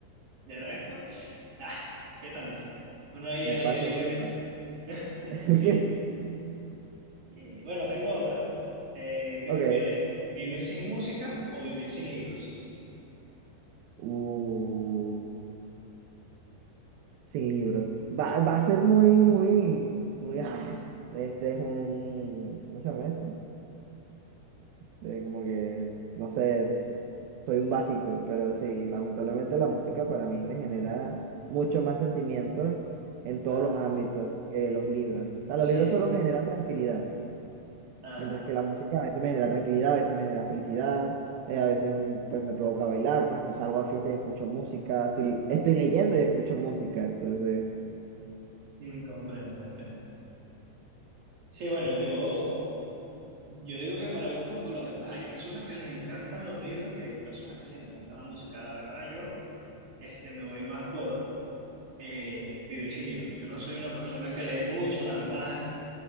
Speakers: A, on the right; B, on the right.
A: de resto, <tsk> ah, ¿qué tanto? Uno ahí
B: un
A: al aire
B: paseo
A: libre,
B: por el parque.
A: <laughs>
B: <laughs>
A: sí. Y bueno, tengo otra. Eh, ¿qué
B: Ok,
A: prefieres? ¿Vivir sin música o vivir sin libros?
B: uh, sin libro. Va, va a ser muy, muy, muy, ah, este es un, ¿cómo se llama eso? Eh, como que, no sé, soy un básico, pero sí, lamentablemente la música para mí me genera mucho más sentimientos en todos
A: Ajá,
B: los ámbitos que los libros. O sea,
A: sí,
B: los libros solo me generan tranquilidad,
A: ah,
B: mientras que la música a veces me genera tranquilidad, a veces me genera felicidad, eh, a veces pues me provoca bailar, pues te salgo a fiesta y escucho música, estoy, estoy leyendo y escucho música, entonces,
A: mm, comprendo, comprendo. Sí, bueno, yo... Yo digo que para gustos colores, pues hay personas que les encantan los libros y hay personas que les encanta la música. La verdad, yo este, me voy más por eh, vivir sin libros. Yo no soy una persona que lee mucho, la verdad. <laughs>